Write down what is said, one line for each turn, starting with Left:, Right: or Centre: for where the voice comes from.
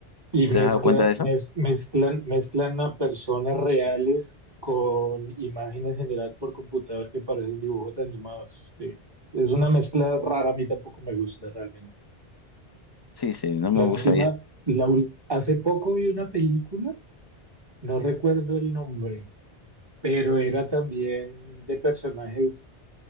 Right: Y
Left: ¿Te
Right: mezclan,
Left: has dado cuenta de eso?
Right: mez- mezclan, mezclan a personas reales con imágenes generadas por computador que parecen dibujos animados. Sí. Es una mezcla rara, a mí tampoco me gusta realmente.
Left: Sí, sí, no me
Right: La
Left: gusta
Right: última, la, ul- hace poco vi una película, no recuerdo el nombre, pero era también de personajes